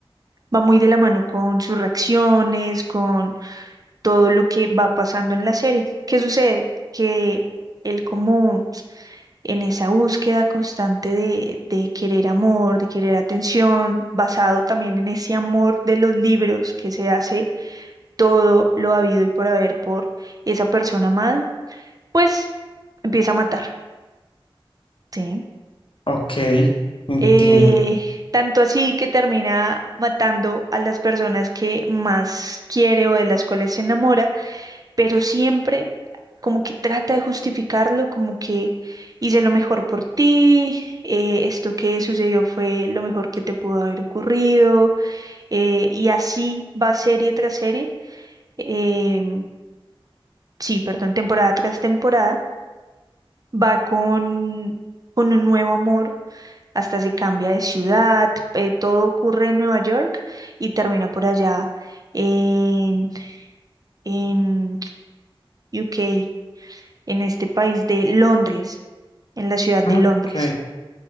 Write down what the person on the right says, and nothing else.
va muy de la mano con sus reacciones, con todo lo que va pasando en la serie. ¿Qué sucede? Que él como en esa búsqueda constante de, de querer amor, de querer atención, basado también en ese amor de los libros que se hace todo lo habido y por haber por esa persona amada, pues empieza a matar, ¿sí?
Eh, tanto así que termina matando a las personas que más quiere o de las cuales se enamora pero siempre como que trata de justificarlo, como que hice lo mejor por ti, eh, esto que sucedió fue lo mejor que te pudo haber ocurrido, eh, y así va serie tras serie, eh, sí, perdón, temporada tras temporada, va con, con un nuevo amor. Hasta se cambia de ciudad, eh, todo ocurre en Nueva York y termina por allá en, en UK. en este país de Londres, en la ciudad de
Londres.